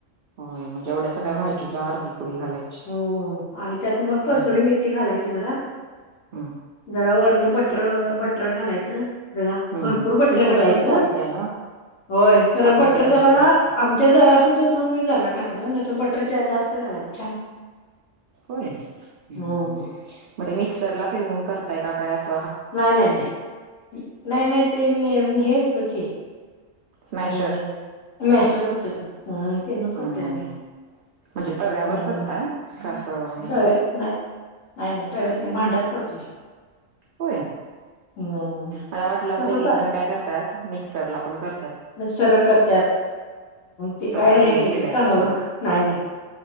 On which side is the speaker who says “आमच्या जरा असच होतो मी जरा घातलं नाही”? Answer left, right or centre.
Left